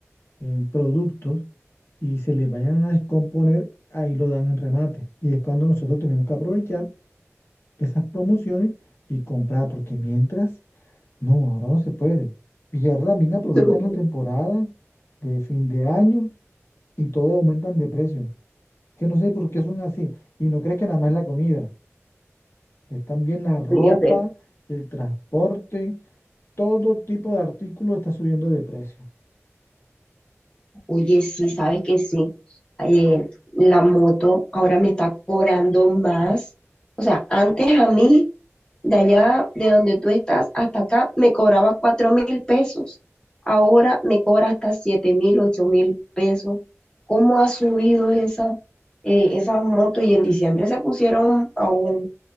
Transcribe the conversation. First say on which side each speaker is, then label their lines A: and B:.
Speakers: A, on the left (about 55°); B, on the left (about 20°).
A: eh, productos y se les vayan a descomponer, ahí lo dan en remate. Y es cuando nosotros tenemos que aprovechar esas promociones y comprar, porque mientras, no, ahora no se puede. Y ahora también aprovechan
B: <laughs>
A: la temporada de fin de año y todo aumentan de precio. que no sé por qué son así. Y no crees que nada más la comida, que están bien la ropa,
B: Fíjate,
A: el transporte, todo tipo de artículos está subiendo de precio.
B: Oye, sí, sabes que sí. Eh, la moto ahora me está cobrando más. O sea, antes a mí, de allá de donde tú estás hasta acá, me cobraba cuatro mil pesos. Ahora me cobra hasta siete mil, ocho mil pesos. ¿Cómo ha subido esa, eh, esas motos? Y en diciembre se pusieron aún,